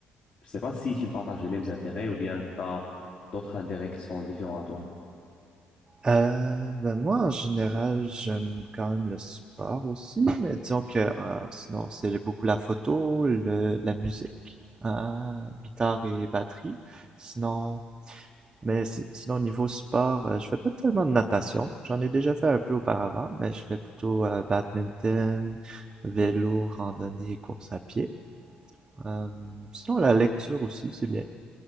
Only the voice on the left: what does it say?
Je ne sais pas si tu partages les mêmes intérêts ou bien tu as d'autres intérêts qui sont différents à toi.